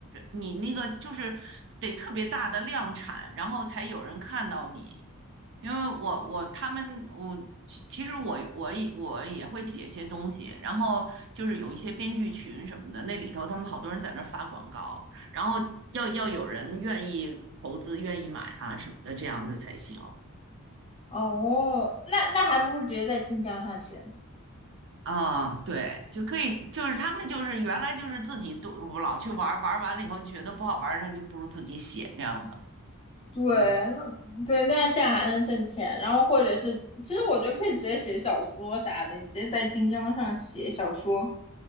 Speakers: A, on the right; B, on the left.
A: 你那个就是得特别大的量产，然后才有人看到你。因为我我他们我其其实我我也我也会写一些东西，然后就是有一些编剧群什么的，那里头他们好多人在那儿发广告，然后要要有人愿意投资、愿意买啊什么的，这样的才行。
B: 哦，那那还不如直接在晋江上写呢。
A: 啊，对，就可以，就是他们就是原来就是自己都老去玩儿，玩儿完了以后觉得不好玩儿，那就不如自己写这样的。
B: 对，
A: 嗯
B: 那对，那这样还能挣钱。然后或者是，其实我觉得可以直接写小说啥的，你直接在晋江上写小说。